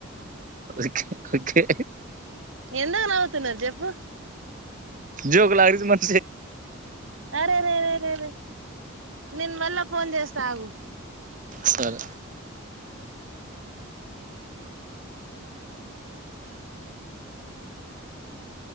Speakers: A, on the right; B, on the right.
A: ఓకే ఓకే
B: ఎందుకు నవ్వుతున్నరు జెప్పు
A: జోకులాగు మన
B: అరేరేరేరేే నేను మళ్ళా ఫోన్ చేస్తాగు
A: సరే
B: ఇ